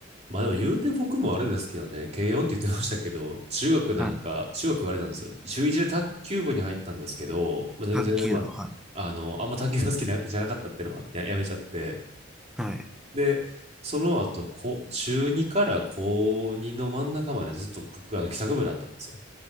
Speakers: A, on the right; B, in the centre.
A: まあでも言うて僕もあれですけどね、軽音って言ってましたけど、中学なんか、
B: はい。
A: 中学はあれなんですよ。中1で卓球部に入ったんですけど、まあ、全然、
B: 卓球部、
A: まあ、
B: はい。
A: あの、あんま卓球が好きなじゃなかったっていうのもあって、ややめちゃって。
B: はい。
A: で、その後、こう中2から高2の真ん中までずっと僕があの帰宅部だったんですよ。